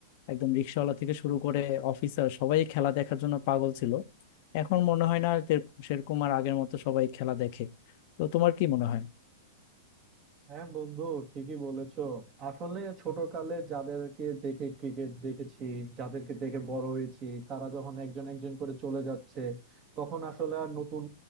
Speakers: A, on the left; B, on the right.
A: একদম রিক্সাওয়ালা থেকে শুরু করে অফিসার সবাই খেলা দেখার জন্য পাগল ছিল এখন মনে হয় না আর তে- সেরকম আর আগের মতো সবাই খেলা দেখে তো তোমার কি মনে হয়
B: হ্যাঁ বন্ধু ঠিকই বলেছো আসলে ছোটকালে যাদেরকে দেখে ক্রিকেট দেখেছি যাদেরকে দেখে বড় হয়েছি তারা যখন একজন একজন করে চলে যাচ্ছে তখন আসলে আর নতুন